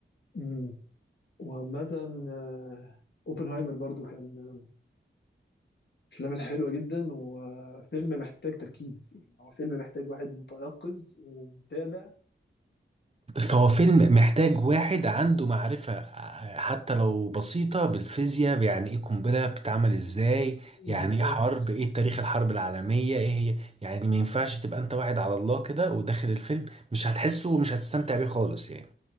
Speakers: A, on the left; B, on the right.
A: امم وعامه آه، اوبنهايمر برضو كان من الافلام الحلوه جدا وفيلم محتاج تركيز يعني هو فيلم محتاج واحد متيقظ ومتابع
B: فهو فيلم محتاج واحد عنده معرفة آه، حتى لو بسيطة بالفيزياء يعني ايه قنبلة بتتعمل
A: و-
B: ازاي
A: بالظبط
B: يعني ايه حرب ايه تاريخ الحرب العالمية ايه هي يعني ما ينفعش تبقى انت واحد على الله كده وداخل الفيلم مش هتحسه ومش هتستمتع بيه خالص يعني